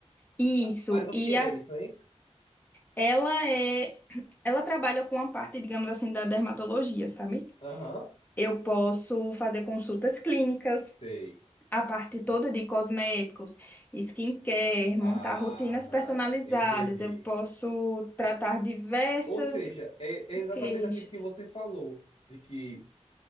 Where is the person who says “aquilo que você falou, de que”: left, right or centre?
Left